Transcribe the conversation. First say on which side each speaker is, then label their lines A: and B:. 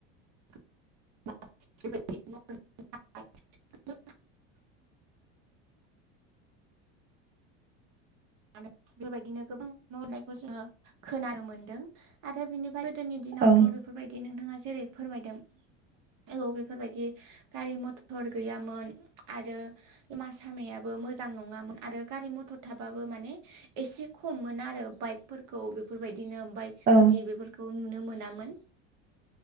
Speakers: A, on the right; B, on the right.
A: <unintelligible>
B: <inaudible>
A: <unintelligible> बेबायदिनो गोबां न' हनायखौ जोङो खोनानो मोनदों आरो बेनिफ्राय। दोनि दिनावथ'
B: औ
A: बेफोरबायदि नोंथाङा जेरै फोरमायदों। औ बेफोरबायदि गारि मथर गैयामोन आरो। मा सामायाबो मोजां नङामोन आरो गारि मथर थाबा बो माने एसे खम मोन आरो बाइकफोरखौ बेफोरबायदिनो बाइक स्कुटि
B: औ
A: बेफोर खौ नुनो मोनामोन